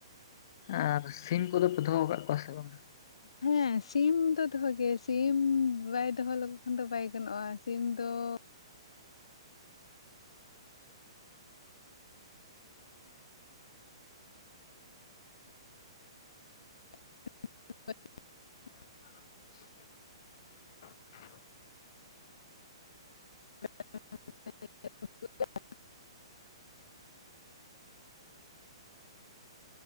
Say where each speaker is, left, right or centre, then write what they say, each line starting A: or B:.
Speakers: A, on the left; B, on the left.
A: ᱟᱨ ᱥᱤᱢ ᱠᱚᱫᱚ ᱯᱮ ᱫᱚᱦᱚ ᱟᱠᱟᱫ ᱠᱚᱣᱟ ᱥᱮ ᱵᱟᱝ?
B: ᱦᱮᱸ ᱥᱤᱢ ᱫᱚ ᱫᱚᱦᱚ ᱜᱮ ᱥᱤᱢ ᱵᱟᱭ ᱫᱚᱦᱚ ᱞᱮᱠᱚ ᱠᱷᱟᱱ ᱫᱚ ᱵᱟᱭ ᱜᱟᱱᱚᱜᱼᱟ ᱥᱤᱢ ᱫᱚ ᱛᱚ <unintelligible>
A: <unintelligible>
B: <unintelligible>